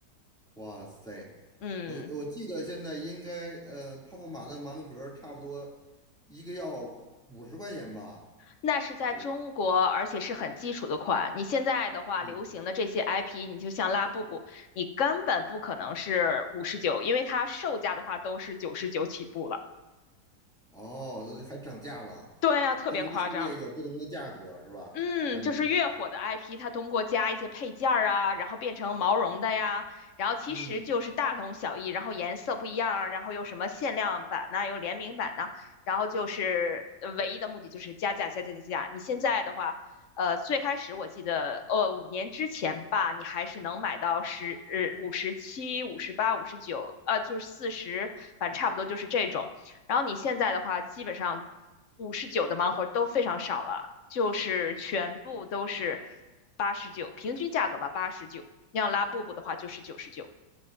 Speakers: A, in the centre; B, on the left (about 60°).
A: 哇塞，
B: 嗯，
A: 我我记得现在应该呃，泡泡玛特盲盒差不多一个要五十块钱吧，
B: 那是在中国，
A: 就是
B: 而且是很基础的款。你现在的话，
A: 嗯，
B: 流行的这些 IP，你就像拉布布，你根本不可能是五十九，因为它售价的话都是九十九起步了。
A: 哦，还涨价了，
B: 对呀，特别夸张。
A: 不同的系列有不同的价格是吧？
B: 嗯，
A: 产品，
B: 就是越火的 IP，它通过加一些配件儿啊，然后变成毛绒的呀，然后其实就是大同小异，
A: 嗯。嗯
B: 然后颜色不一样啊，然后有什么限量版呐、有联名版呐、然后就是呃唯一的目的就是加价加价加价。你现在的话，呃，最开始我记得，呃，五年之前吧，你还是能买到十呃五十七、五十八、五十九，呃，就是四十，反正差不多就是这种。然后你现在的话，基本上五十九的盲盒都非常少了，就是全部都是八十九，平均价格吧，八十九。要拉布布的话就是九十九，